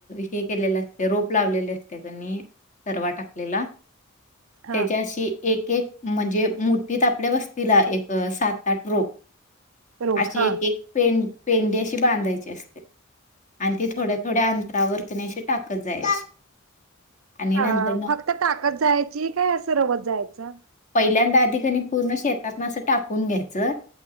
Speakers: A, on the left; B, on the right.
A: हे केलेलं असते रोप लावलेले असते कणी. परवा टाकलेला त्याज्याशी
B: हा
A: एक एक म्हणजे मुठीत आपल्या वस्तीला एक सात आठ रोप
B: रोप
A: अशी
B: हा
A: एक एक पें पेंडी अशी बांधायची असते. आणि ती थोड्या थोड्या अंतरावरती नय अशी टाकत जायची. आणि
B: ह
A: नंतरनं
B: फक्त टाकत जायची, काय असं रवत जायचं?
A: पहिल्यांदा आधी क नयी पूर्ण शेतात ना अस टाकून घ्यायचं